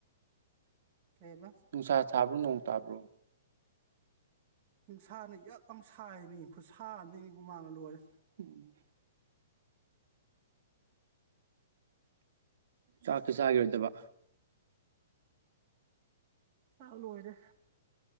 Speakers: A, on the right; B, on the right.
A: ꯀꯩꯕ
B: ꯅꯨꯡꯁꯥ ꯊꯥ꯭ꯕꯔꯣ ꯅꯣꯡ ꯇꯥꯕ꯭ꯔꯣ
A: ꯅꯨꯡꯁꯥꯅ ꯌꯛ ꯌꯥꯝ ꯁꯥꯏꯃꯦ ꯈꯨꯠꯁꯥꯅꯤ ꯍꯨꯃꯥꯡꯅ ꯂꯣꯏꯔꯦ
B: <inaudible> ꯆꯥꯛꯇꯤ ꯆꯥꯒꯤꯔꯣꯏꯗꯕ
A: ꯆꯥꯛ ꯂꯣꯏꯔꯦ